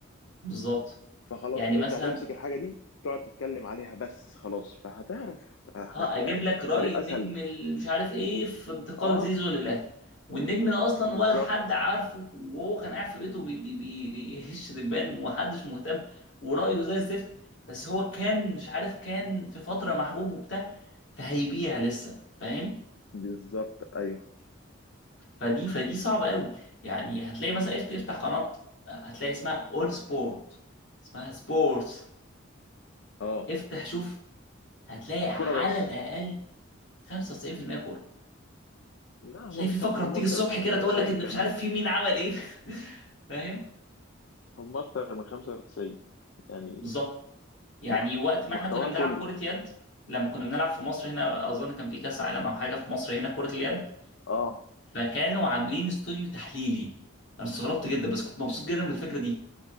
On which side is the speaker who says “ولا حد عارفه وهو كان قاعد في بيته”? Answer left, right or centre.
Left